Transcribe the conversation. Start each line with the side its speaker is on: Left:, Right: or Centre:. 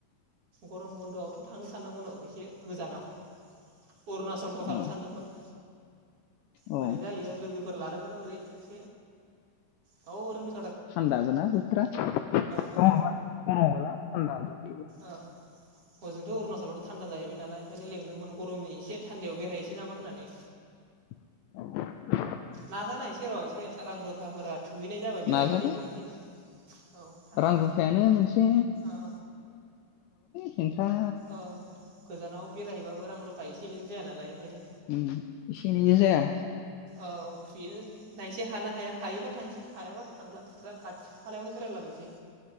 Right: गरम बन्द'आवथ' थांनो सानदोंमोन औ एसे गोजानाव अरुणाचल फ्राव थांनो
Left: औ
Right: सानदोंमोन
Left: औ
Right: बोरै जायो लोगोफोर लादोंमोन ओरै एस दाउ ओरनो
Left: थान्दाबोना बोथोराबा
Right: औ
Left: गरमबो
Right: औ हजोंथ' अरुणचलावथ' थान्दा जाहैबाय नालाय ओंखायनो लेंदोंमोन गरमनि एसे थान्दायाव बेरायहनोसै नामा होननानै
Left: औ
Right: नाजानायसै र' एसे रां रुफाफोरा थोहैनाय जाबा बेरायहैनोसै
Left: नाजादो
Right: थांसै औ थांनो
Left: रां रुफायानो मोनसे
Right: औ
Left: खेंख्रा
Right: औ गोजानाव बेरायहैबाबो रां रुफा एनैजों जाया नालाय ओंखायनो
Left: उम इसे एनैजों जाया
Right: औ बेनो नायनोसै हानो हाया हायोबा थांसै हायाबा थांला खाथि खालायावनो बेरायलाबायसै